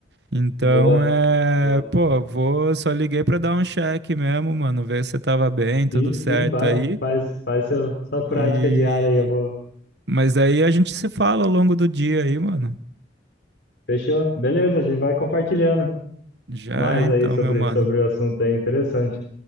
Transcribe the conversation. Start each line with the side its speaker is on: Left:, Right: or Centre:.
Right: Então
Left: Boa,
Right: é,
Left: boa.
Right: pô, vou, só liguei pra dar um check mesmo, mano, ver se você tava bem, tudo
Left: Sim,
Right: certo
Left: sim, vai.
Right: aí.
Left: Faz, faz seu, sua prática
Right: E
Left: diária aí, eu vou.
Right: mas aí a gente se fala ao longo do dia aí, mano.
Left: Fechou? Beleza, a gente vai compartilhando
Right: Já
Left: mais
Right: é então,
Left: aí sobre,
Right: meu mano.
Left: sobre o assunto aí, interessante.